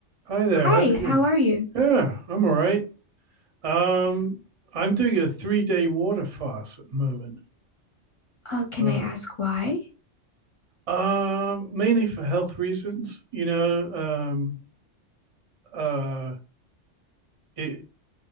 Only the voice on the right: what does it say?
Hi there.
How's it
going?
Yeah, I'm all right. Um, I'm doing a three day water fast at the moment.
Uh,
um, mainly for health reasons. You know, um, uh, it